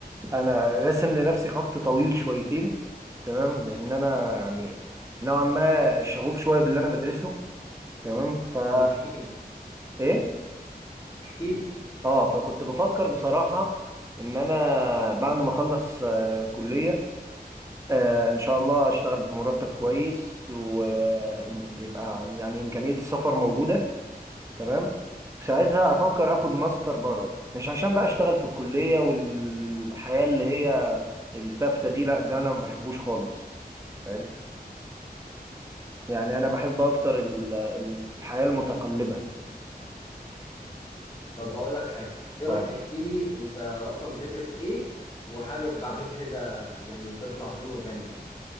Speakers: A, on the right; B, on the left.
A: انا راسم لنفسي خط طويل شويتين تمام لان انا يعني نوعا ما شغوف شويه باللي انا بدرسه تمام فا
B: طب ما تحكي لي
A: ايه
B: احكي لي
A: اه فكنت بفكر بصراحه ان انا بعد ما اخلص آه، كليه آه، ان شاء الله اشتغل بمرتب كويس ويبقى يعني امكانيه السفر موجوده تمام ساعتها افكر اخد ماستر بره مش عشان بقى اشتغل في الكليه والحياه اللي هي الثابته دي لا ده انا ما بحبوش خالص فاهم يعني انا بحب اكتر ال- الحياة المتقلبة
B: طب اقول لك حاجه ايه رايك
A: اه
B: تحكي لي انت اصلا بتدرس ايه وحابب بعد <laughs> كده يعني تطلع فين وتعمل ايه